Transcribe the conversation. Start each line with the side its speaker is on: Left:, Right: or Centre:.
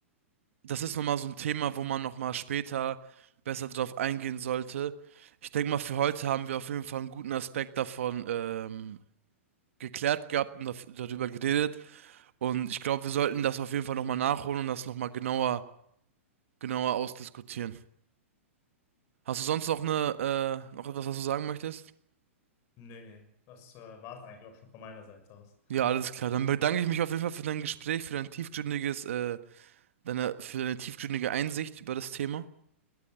Right: das ist nochmal so ein Thema, wo man nochmal später besser drauf eingehen sollte. Ich denke mal, für heute haben wir auf jeden Fall einen guten Aspekt davon ähm, geklärt gehabt und daf- darüber geredet. Und ich glaube, wir sollten das auf jeden Fall nochmal nachholen und das nochmal genauer, genauer ausdiskutieren. Hast du sonst noch eine, äh, noch etwas, was du sagen möchtest?
Left: nee, nee, das äh, war es eigentlich auch schon von meiner Seite aus.
Right: Ja, alles klar. Dann bedanke ich mich auf jeden Fall für dein Gespräch, für dein tiefgründiges, äh, deine, für deine tiefgründige Einsicht über das Thema.